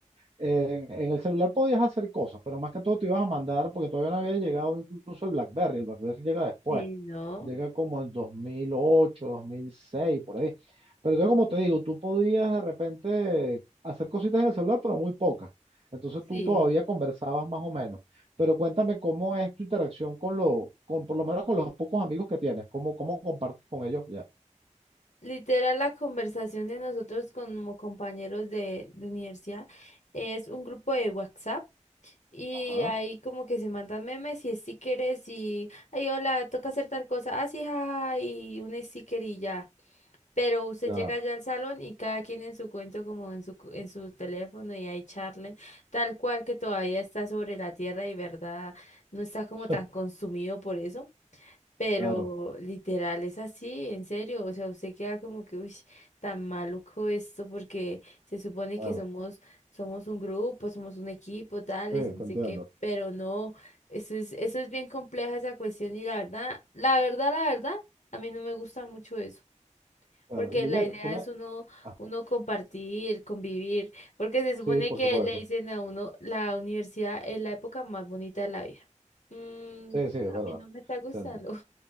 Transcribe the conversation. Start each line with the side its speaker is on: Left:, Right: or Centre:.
Right: en, en el celular podías hacer cosas, pero más que todo te ibas a mandar, porque todavía no había llegado incluso el BlackBerry, el BlackBerry llega después,
Left: Sí, no.
Right: llega como en dos dos mil ocho dos mil seis por ahí. Pero entonces, como
Left: Sí.
Right: te digo, tú podías de repente hacer cositas en el celular, pero muy pocas. Entonces tú
Left: Sí,
Right: todavía conversabas más o menos. Pero cuéntame cómo es tu interacción con lo, con, por lo menos con los pocos amigos que tienes, cómo, cómo compartes con ellos ya.
Left: literal la conversación de nosotros como compañeros de, de universidad es un grupo de WhatsApp Y
Right: Ajá,
Left: ahí como que se mandan memes y stickers y, ay, hola, toca hacer tal cosa, así, jaja, y un sticker y ya. Pero usted
Right: ya.
Left: llega ya al salón y cada quien en su cuento, como en su, cu- en su teléfono y ahí charlen, tal cual que todavía está sobre la tierra y verdad, no está como
Right: <laughs>
Left: tan consumido por eso. Pero
Right: Claro,
Left: literal es así, en serio. O sea, usted queda como que, uy, tan maluco esto, porque se supone
Right: claro.
Left: que somos, somos un grupo, somos un equipo, tales,
Right: Sí,
Left: y no
Right: te
Left: sé
Right: entiendo.
Left: qué, pero no, eso es, eso es bien compleja esa cuestión, y la verdad, la verdad, la verdad, a mí no me gusta mucho eso.
Right: Claro.
Left: Porque
Right: Juliet,
Left: la idea
Right: tú me...
Left: es uno,
Right: ah.
Left: uno compartir, convivir, porque se supone
Right: Sí, por
Left: que
Right: supuesto.
Left: le dicen a uno, la universidad es la época más bonita de la vida. Mm,
Right: Sí, sí, es
Left: a
Right: verdad.
Left: mí no me está gustando.
Right: Te entiendo.